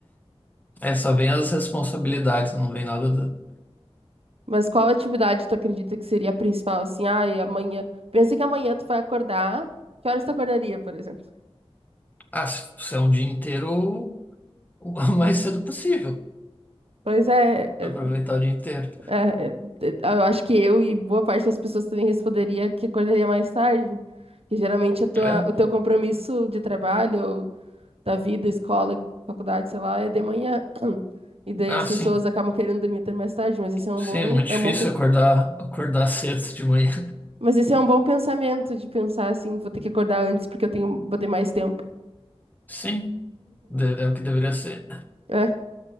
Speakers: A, on the left; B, on the right.
A: É, só vem as responsabilidades, não vem nada do...
B: Mas qual atividade tu acredita que seria a principal, assim? Ai, amanhã. Pensa que amanhã tu vai acordar. Que horas tu acordaria, por exemplo?
A: Ah, se se é um dia inteiro, o <laughs> mais cedo possível.
B: Pois é, é,
A: pra Aproveitar o dia inteiro.
B: é, é, é, eu acho que eu e boa parte das pessoas também responderia que acordaria mais tarde. Que geralmente a tua,
A: É?
B: o teu compromisso de trabalho da vida, escola, faculdade, sei lá, é de manhã. <clears throat> E daí
A: Ah,
B: as
A: sim.
B: pessoas acabam querendo dormir até mais tarde, mas esse é um
A: Sim,
B: bom,
A: é muito
B: é
A: difícil
B: um bom, pens-
A: acordar, acordar <laughs> cedo de manhã.
B: mas esse é um bom pensamento de pensar assim, vou ter que acordar antes porque eu tenho, vou ter mais tempo.
A: <laughs> Sim, de- é o que deveria ser.
B: É.